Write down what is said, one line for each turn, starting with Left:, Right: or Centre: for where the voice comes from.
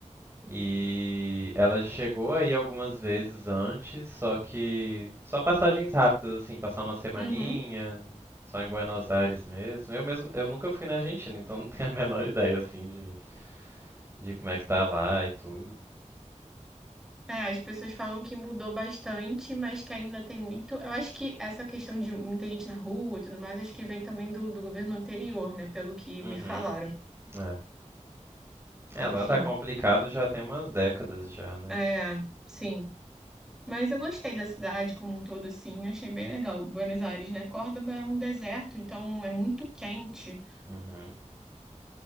Right: E ela chegou aí algumas vezes antes, só que só passagens rápidas, assim, passar uma semaninha,
Centre: Uhum.
Right: só em Buenos Aires mesmo. Eu mesmo, eu nunca fui na Argentina, então não tenho a menor ideia, assim, de, de como é que tá lá e tudo.
Centre: É, as pessoas falam que mudou bastante, mas que ainda tem muito. Eu acho que essa questão de muita gente na rua e tudo mais, acho que vem também do, do governo anterior, né? Pelo que
Right: Uhum,
Centre: me falaram.
Right: é. Ela
Centre: Enfim,
Right: tá complicado já tem umas décadas já, né?
Centre: é, sim. Mas eu gostei da cidade como um todo, assim, achei bem legal. Buenos Aires, né? Córdoba é um deserto, então é muito quente.
Right: Uhum.